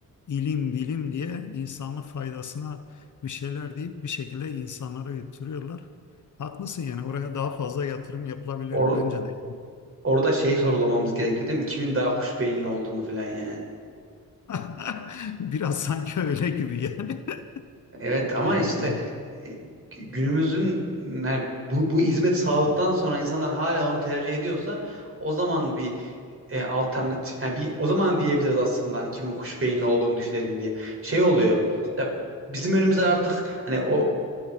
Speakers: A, on the left; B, on the right.
A: ilim bilim diye insanlık faydasına bir şeyler deyip bir şekilde insanlara yutturuyorlar. Haklısın yani oraya daha fazla yatırım yapılabilir
B: Or-
A: bence de. yani.
B: orada şeyi sorulamamız gerekiyor değil mi? Kimin daha kuş beyinli olduğunu falan yani.
A: <laughs> Biraz sanki öyle gibi yani. <laughs>
B: Evet ama
A: Ee,
B: işte
A: yani
B: e, günümüzün yani bu, bu hizmeti sağladıktan sonra insanlar hala onu tercih ediyorsa o zaman bir e, alternatif yani bir o zaman diyebiliriz aslında hani kimin kuş beyinli olduğunu düşünelim diye. Şey oluyor. Ya bizim önümüze artık hani o